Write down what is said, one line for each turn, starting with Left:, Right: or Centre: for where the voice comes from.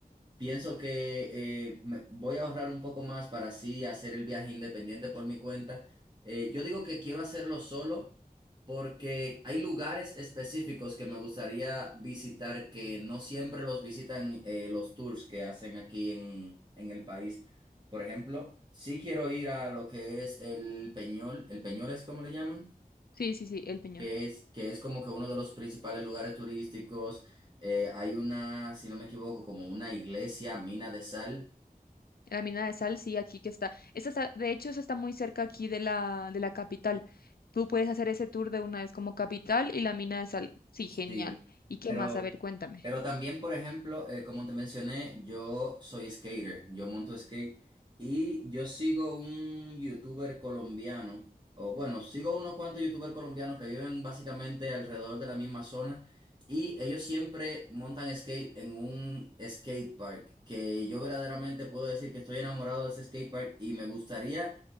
Right: Pienso que eh, me- voy a ahorrar un poco más para así hacer el viaje independiente por mi cuenta. Eh, yo digo que quiero hacerlo solo porque hay lugares específicos que me gustaría visitar que no siempre los visitan eh, los tours que hacen aquí en, en el país. Por ejemplo, sí quiero ir a lo que es el Peñol. ¿El Peñol es como le llaman?
Left: Sí, sí, sí, el Peñón.
Right: que es, que es como que uno de los principales lugares turísticos. Eh, hay una, si no me equivoco, como una iglesia, mina de sal.
Left: La mina de sal, sí, aquí que está. Esa está, de hecho, esa está muy cerca aquí de la, de la capital. Tú puedes hacer ese tour de una vez como capital y la mina de sal. Sí, genial.
Right: Sí,
Left: ¿Y qué
Right: pero
Left: más? A ver, cuéntame.
Right: Pero también, por ejemplo, eh, como te mencioné, yo soy skater, yo monto skate y yo sigo un youtuber colombiano, o bueno, sigo unos cuantos youtubers colombianos que viven básicamente alrededor de la misma zona y ellos siempre montan skate en un skate park, que yo verdaderamente puedo decir que estoy enamorado de ese skate park y me gustaría